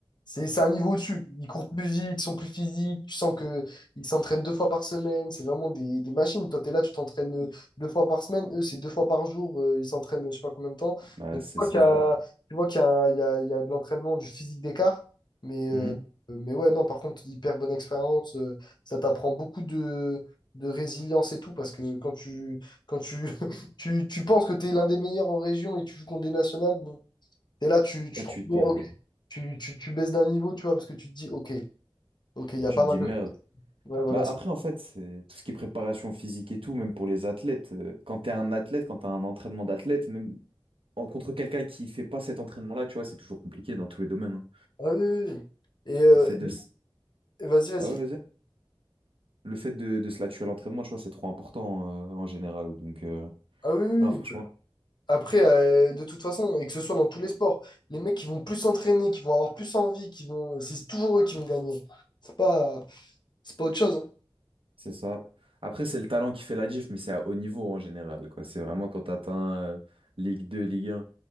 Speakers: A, on the left; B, on the right.
A: C'est c'est un niveau au-dessus. Ils courent plus vite, ils sont plus physiques. Tu sens que ils s'entraînent deux fois par semaine. C'est vraiment des, des machines. Toi, tu es là, tu t'entraînes deux fois par semaine. Eux, c'est deux fois par jour. euh, ils s'entraînent, je sais pas combien de temps.
B: Bah,
A: Tu
B: c'est
A: vois
B: ça.
A: qu'il y a, tu vois qu'il y a, il y a, il y a de l'entraînement, du physique d'écart. Mais, euh,
B: Hmm.
A: mais ouais, non, par contre, hyper bonne expérience. euh, ça t'apprend beaucoup de, de résilience et tout. Parce que quand tu, quand tu, <laughs> tu, tu penses que tu es l'un des meilleurs en région et tu joues contre des nationales, bon, et là, tu, tu
B: Ouais,
A: te
B: tu
A: rends
B: te,
A: compte, ok. Tu, tu, tu baisses d'un niveau, tu vois, parce que tu te dis, ok, ok, il y a
B: tu
A: pas
B: te
A: mal
B: dis
A: de.
B: merde.
A: Ouais, voilà.
B: Bah après, en fait, c'est tout ce qui est préparation physique et tout, même pour les athlètes. euh, Quand t'es un athlète, quand t'as un entraînement d'athlète, même en- contre quelqu'un qui fait pas cet entraînement-là, tu vois, c'est toujours compliqué dans tous les domaines. hein.
A: Ah oui, oui, oui. Et, euh,
B: Le fait de,
A: et-
B: s-
A: et vas-y, vas-y.
B: ouais, ouais, vas-y. Le fait de, de se la tuer à l'entraînement, tu vois, c'est trop important euh, en général. Donc, euh,
A: Ah oui, oui,
B: non, franchement,
A: oui. Après, euh, de toute façon, et que ce soit dans tous les sports, les mecs qui vont plus s'entraîner, qui vont avoir plus envie, qui vont, c'est toujours eux qui vont gagner. C'est pas, c'est pas autre chose. hein.
B: c'est ça. Après, c'est le talent qui fait la diff, mais c'est à haut niveau en général, quoi. C'est vraiment quand t'atteins euh, Ligue 2 Ligue un